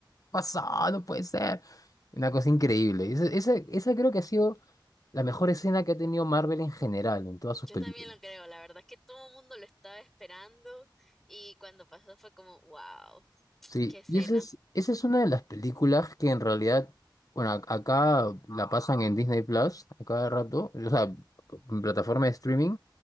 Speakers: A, on the left; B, in the centre.
A: pasó, no puede ser. Una cosa increíble. Esa, esa, esa creo que ha sido la mejor escena que ha tenido Marvel en general, en todas sus
B: Yo
A: películas.
B: también lo creo, la verdad es que todo el mundo lo estaba esperando y cuando pasó fue como, wow,
A: Sí,
B: qué escena.
A: y esa es, esa es una de las películas que en realidad, bueno, ac- acá la pasan en Disney Plus a cada rato, o sea, en plataforma de streaming,